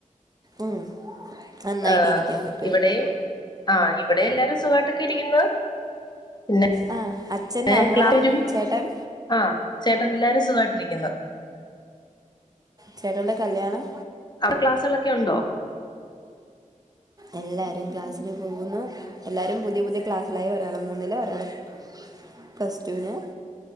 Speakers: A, on the right (about 30°); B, on the left (about 30°).
A: ഉം നന്നായിട്ട്
B: ആഹ്
A: ഇരിക്കാൻ പറ്റും
B: ഇവിടെയും ആഹ് ഇവിടെയും എല്ലാരും സുഖായിട്ടൊക്കെ ഇരിക്ക്ന്ന്. <unintelligible>
A: ആ അച്ഛൻ അമ്മ ചേട്ടൻ
B: ആഹ് ചേട്ടൻ എല്ലാരും സുഖായിട്ടിരിക്കുന്നു.
A: ചേട്ടന്റെ കല്യാണം
B: ആ ക്ലാസുകളൊക്കെ ഒണ്ടോ?
A: എല്ലാരും ക്ലാസ്സിന് പോകുന്നു. എല്ലാരും പുതിയ പുതിയ ക്ലാസ്സിലായി. ഒരാള് മൂന്നില് ഒരാള് പ്ലസ്റ്റുന്.